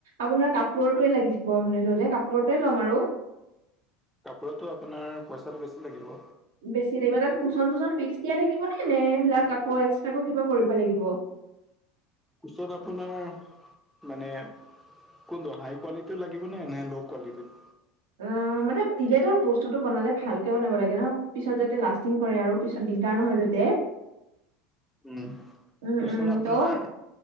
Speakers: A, on the right; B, in the centre.
A: আপোনাৰ কাপোৰটোৱে লাগিছিল মানে লৈলে কাপোৰটোৱে ল'ম আৰু
B: কাপোৰতো আপোনাৰ পইচাটো বেছি লাগিব
A: বেছি লাগিব তাত কোচন তুচন ফিক্স দিয়া থাকিব নে নে সেইবিলাক আকৌ এক্সট্ৰাকো কিবা কৰিব লাগিব
B: কুচত আপোনাৰ মানে কোনটো হাই কোৱালিটিৰ লাগিব নে নে লও কোৱালিটিৰ
A: উম মানে দিলে ধৰ বস্তুতটো বনালে ভালকে বনাব লাগে ন পিছত যাতে লাষ্টিং কৰে আৰু পিছত দিগদাৰ নহয় যে- তে
B: উম
A: উম
B: কৈচোন
A: উম
B: আপোনাৰ
A: ত'